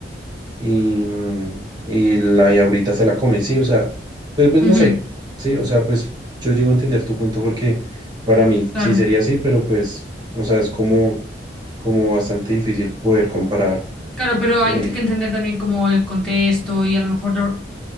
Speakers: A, on the right; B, in the centre.
A: y, mm, y la y ahorita se la comen, sí, o sea, pues, pues
B: Ujú,
A: no sé, sí, o sea, pues yo llego a entender tu punto porque para mí
B: Claro.
A: sí sería así, pero pues, o sea, es como, como bastante difícil poder comparar,
B: Claro, pero hay
A: eh,
B: que entender también como el contexto y a lo mejor no-